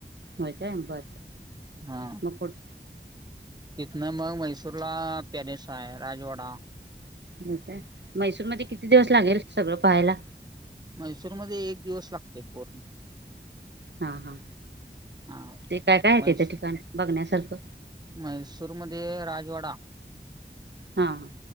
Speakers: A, on the right; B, on the right.
A: हो काय बर
B: हा.
A: मग पुढ
B: तिथनं मग मैसूर ला पॅलेस आहे राजवाडा
A: हो का मैसूर मध्ये किती दिवस लागेल सगळं पहायला
B: मैसूरमध्येध्ये एक दिवस लागतेय पूर्ण
A: हा हा
B: हा
A: ते काय काय आहे
B: मै
A: तिथं ठिकाण बघण्यासारखं
B: म्हैसूरमध्येध्ये राजवाडा
A: हा हा
B: ्